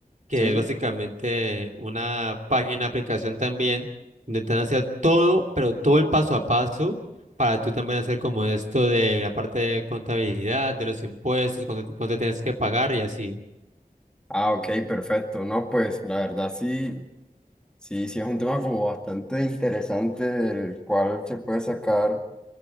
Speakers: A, on the right; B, in the centre.
A: que
B: Sí.
A: es básicamente una página, aplicación también, donde te van a hacer todo, pero todo el paso a paso, para tú también hacer como esto de la parte de contabilidad, de los impuestos, cuánto, cuánto tienes que pagar y así.
B: Ah, ok, perfecto. No, pues la verdad sí, sí, sí es un tema como bastante interesante del cual se puede sacar.